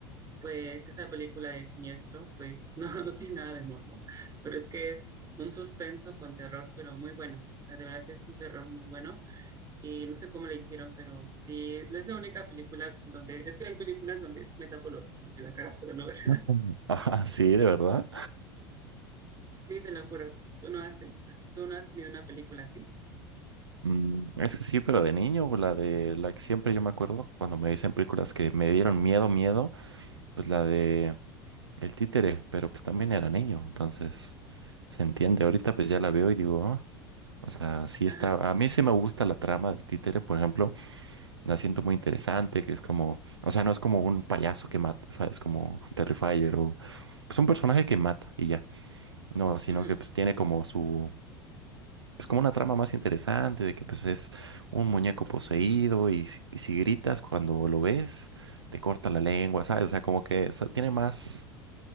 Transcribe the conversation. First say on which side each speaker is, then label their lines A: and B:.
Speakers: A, on the right; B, on the right.
A: pues esa película de Siniestro, pues <laughs> no, no tiene nada de morbo, pero es que es un suspenso con terror, pero muy bueno. O sea, de verdad es un terror muy bueno y no sé cómo le hicieron, pero sí, es la única película donde, es que hay películas donde sí me tapo lo- como que la cara, pero no, <laughs>
B: <laughs> Ajá. Ah, sí, de verdad.
A: sí, te lo juro, tú no has, ten- tú no has tenido una película así.
B: Mm, es que sí, pero de niño, pues, la de la que siempre yo me acuerdo cuando me dicen películas que me dieron miedo, miedo, pues la de El Títere, pero pues también era niño, entonces se entiende. Ahorita pues ya la veo y digo, "Ah", o sea, sí
A: Ajá,
B: está. A mí sí me gusta la trama del Títere, por ejemplo, la siento muy interesante, que es como, o sea, no es como un payaso que mata, ¿sabes? Como Terrifier o pues un personaje que mata y ya, no, sino
A: ujú,
B: que pues tiene como su es como una trama más interesante de que pues es un muñeco poseído y, si y si gritas cuando lo ves, te corta la lengua, ¿sabes? O sea, como que sa- tiene más,